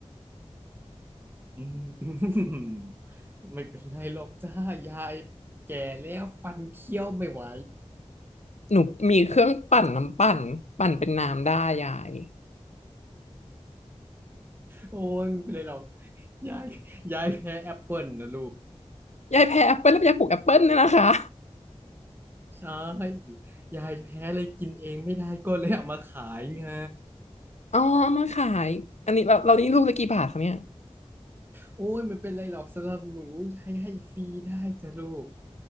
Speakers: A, on the right; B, on the left.
A: <laughs> อืม <laughs> ไม่เป็นไรหรอกจ้า ยายแก่แล้วฟันเคี้ยวไม่ไหว
B: หนูมีเครื่องปั่นน้ำปั่นปั่นเป็นน้ำได้ยาย
A: โอ้ยไม่เป็นไรหรอก <laughs> ยายยายแพ้แอปเปิลนะลูก
B: ยายแพ้แอปเปิ้ลแล้วยายปลูกแอปเปิ้ลเนี่ยนะคะ
A: ใช่ยายแพ้เลยกินเองไม่ได้ก็เลยเอามาขายไง
B: อ๋อมาขายอันนี้เราเรานี่ลูกละกี่บาทคะเนี่ย
A: โอ้ยไม่เป็นไรหรอกสำหรับหนูยายให้ฟรีได้จ้ะลูก